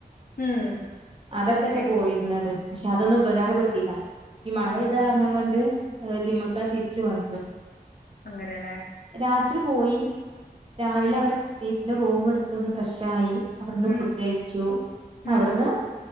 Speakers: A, on the left; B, on the right.
A: ഉം.
B: അതൊക്കെച്ചാ
A: അങ്ങനെയൊക്കെ.
B: പോയിരുന്നത് പക്ഷെ അതൊന്നും ഉപകാര പട്ടിയില്ല ഈ മഴെയ്ത
A: ആഹാ!
B: കാരണം കൊണ്ട് ് തിമുക്കാൻ തിരിച്ചു വന്നു
A: അങ്ങനെയല്ലേ
B: രാത്രി പോയി രാവിലെ
A: ഉം.
B: അവിടെ എത്തി പിന്നെ റൂമ എടുത്തന്ന് ഫ്രഷ ആയി അവിടുന്ന്
A: ഉം.
B: ഫുഡ് അയച്ചു
A: ഉം.
B: അവിടുന്ന്